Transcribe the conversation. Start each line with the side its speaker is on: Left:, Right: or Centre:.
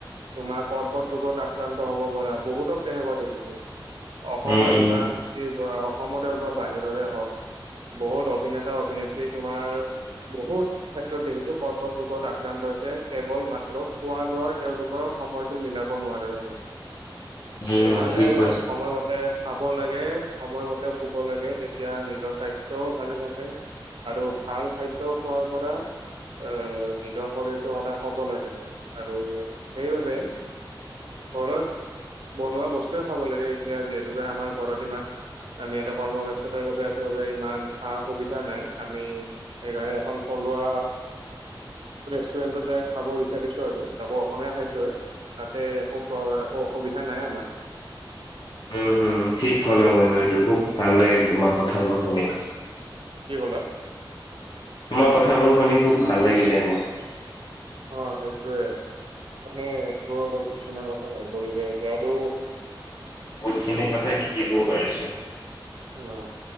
Right: তোমাৰ কৰ্কট ৰোগত আক্ৰান্ত হব পৰা, বহুতক তেনেকুৱা দেখিছোঁ। অসমৰ
Left: উম উম
Right: যিমান যি বনাওক অসমতে হওঁক বা বাহিৰৰে হওঁক বহুত অভিনেতা-অভিনেত্ৰী তোমাৰ বহুত ক্ষেত্ৰত দেখিছো কৰ্কট ৰোগত আক্ৰান্ত হৈছে, কেৱল মাত্ৰ খোৱা লোৱাৰ তেওঁলোকৰ সময়টো মিলাব নোৱাৰাৰ বাবে
Left: উম
Right: সেইকাৰণে
Left: ঠিক কৈছা
Right: সময় ম তে খাব লাগে, সময়মতে শুব লাগে তেতিয়া নিজৰ স্বাস্থ্যও ভালে থাকে আৰু ভাল খাদ্য খোৱাৰ পৰা এ নিজৰ শৰীৰটো সদায় সবল হৈ থাকে আৰু সেইবাবে ঘৰত বনোৱা বস্তুয়ে খাব লাগে এতিয়া যিহেতুকে আমাৰ ঘৰত ইমান আমি এটা কৰ্মব্যস্ততাৰ বাবে আছলতে ইমান সা-সুবিধা নাই আমি সেইকাৰণে এখন থলুৱা ৰেষ্টুৰেণ্টত যাই খাব বিচাৰিছো আৰু তাকৌ অসমীয়া খাদ্যহে তাতে একো প্ৰ একো অসুবিধা নাই আমাৰ
Left: উম হুম ঠিক কলা বন্ধু এইটো খুব ভাল লাগিল তোমাৰ কথাবোৰ শুনি।
Right: কি ক'লা?
Left: তোমাৰ কথাবোৰ শুনি খুব ভাল লাগিলে মো।
Right: অ সইটোৱে মানে এইবোৰ কিছুমান কথা ভাবিবলগীয়া এতিয়া এইটো
Left: বহুত খিনি কথা শিকিবও পাৰিছো
Right: উম